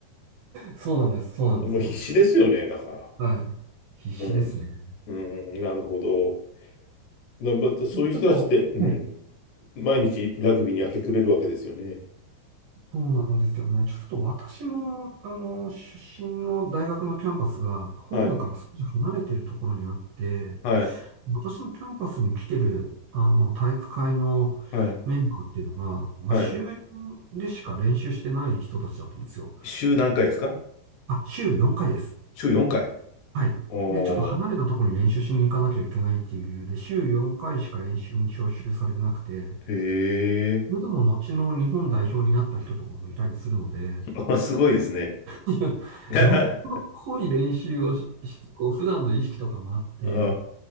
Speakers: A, on the right; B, on the left.
A: そうなんです。そうなんです。
B: もう必死ですよね、
A: そうなんです。
B: だから。
A: はい。必死ですね。
B: うん。
A: ち
B: うん、なるほど。なまそういう人たちって、
A: ょっと、
B: うん、
A: ね
B: 毎日ラグビーに明け暮れるわけですよね。
A: そうなんですよね。ちょっと私も、あの、出身の大学のキャンパスが本部から少し離れているところにあって、
B: はい、はい、
A: 私のキャンパスに来てる、あの、体育会のメンバーっていうのが、
B: はい、
A: まあ、
B: はい。
A: 週よんでしか練習してない人たちだったんですよ。
B: 週何回ですか
A: あ、週4回です。
B: 週4回。
A: はい。
B: おー、
A: で、ちょっと離れたところに練習しに行かなきゃいけないっていう理由で、週4回しか練習に招集されてなくて、
B: へえ。
A: それでも後の日本代表になった人とかもいたりするので、
B: <laughs> あ、すごいですね。
A: いや、
B: <laughs>
A: よっぽど濃い練習をし、してこう、普段の意識とかもあって、
B: あ